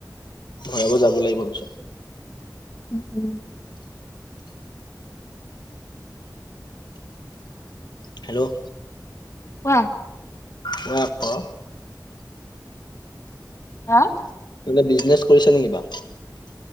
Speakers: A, on the left; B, on the left.
A: ভৰাব যাব লাগিব পিছত।
B: উম - উম
A: হেল্ল',
B: কোৱা
A: কোৱা আকৌ?
B: হা?
A: টোহনে বিজনেছ কৰিছ নেকি কিবা?